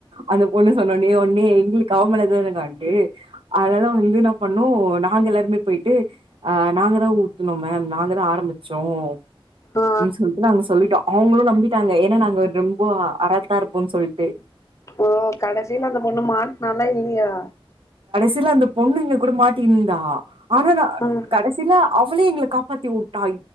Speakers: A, on the right; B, on the left.
A: அந்த பொண்ணு சொன்னோனே உன்னே எங்களுக்கு அவமேலதன்னா கான்டு அதெல்லாம் வந்து என்ன பண்ணோம் நாங்க எல்லாருமே போயிட்டு அஹ் நாங்கதான் ஊத்தனோம் மேம் நாங்கதான் ஆரம்பிச்சோம்
B: ஆ
A: னு சொல்லிட்டு நாங்க சொல்லிட்டோ அவங்களும் நம்பிட்டாங்க ஏன்னா நாங்க ரொம்ப அரா தா இருப்போன்னு சொல்லிட்டு
B: ஓ கடைசியில அந்த பொண்ணு மாட்னாலா இல்லையா
A: சில அந்த பொண்ணுங்க கூட மாட்டியிருந்தா ஆனனா
B: ம்
A: கடைசில அவளே எங்களை காப்பாத்தி உட்டா